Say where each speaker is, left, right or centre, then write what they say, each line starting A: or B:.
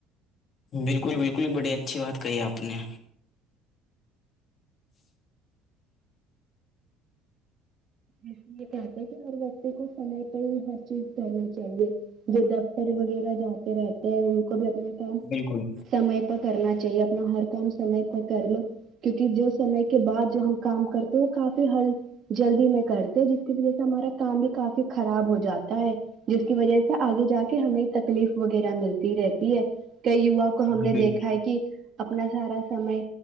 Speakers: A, on the left; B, on the right.
A: بالکل بالکل بڑی اچھی بات کہی آپ نے
B: اس لیے کہتا کہ ہر ویکتی کو سمے پر ہی ہر چیز کرنا چاہیے جو دفتر وغیرہ جاتے رہتے ہیں ان کو بھی اپنا کام
A: بالکل
B: سمے پر کرنا چاہیے اپنا ہر کام سمے کو کر لو کیونکہ جو سمے کے بعد جو ہم کام کرتے وہ کافی ہل جلدی میں کرتے جس کی وجہ سے ہمارا کام بھی کافی خراب ہو جاتا ہے جس کی وجہ سے آگے جا کے ہمیں تکلیف وغیرہ ملتی رہتی ہے کئی یوا کو ہم
A: جی
B: نے دیکھا
A: بالکل
B: ہے کہ اپنا سارا سمے